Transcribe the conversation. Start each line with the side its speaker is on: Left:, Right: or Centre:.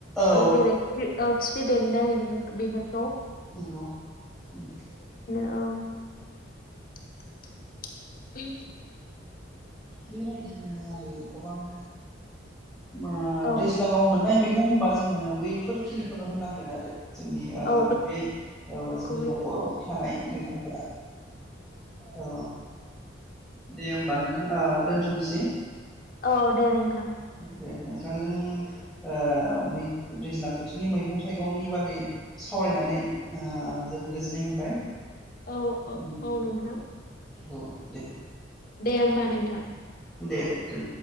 Centre: औ
Left: जेरै कपि औ खिफि बेन्दों बिफोर-बिफोरखौ
Centre: नंगौ उम
Left: औ <unintelligible>
Centre: बेबायदिनो आरो गोबां ओ
Left: औ
Centre: दैज्लाङाव मोननाय मेग अ होनबा जोङो बैफोरखिनिखौनो होननांगोन आरो जोंनि ओ
Left: औ
Centre: गुबैयै ओ
Left: बेफोरखौबो
Centre: जोंनि नखराव थानाय मेगंफोरा औ दे होमबा नोंथां ओ दोनथनिसै। <inaudible>
Left: औ दे नोंथां
Centre: दे नोंथांजों ओ दैज्लां बोथोरनि मैगं थाइगंनि बागै सावरायनानै ओ जोबोद गोजोननाय मोनबाय।
Left: औ
Centre: उम
Left: औ नोंथां
Centre: औ दे
Left: दे होमबा नोंथां।
Centre: दे दोन।